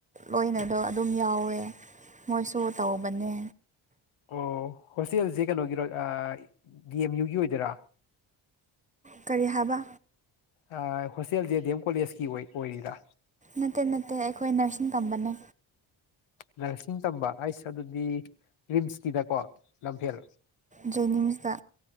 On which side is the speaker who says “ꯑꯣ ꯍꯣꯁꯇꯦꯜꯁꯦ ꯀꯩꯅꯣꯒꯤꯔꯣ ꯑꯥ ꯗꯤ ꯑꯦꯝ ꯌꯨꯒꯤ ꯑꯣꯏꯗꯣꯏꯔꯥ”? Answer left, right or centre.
Left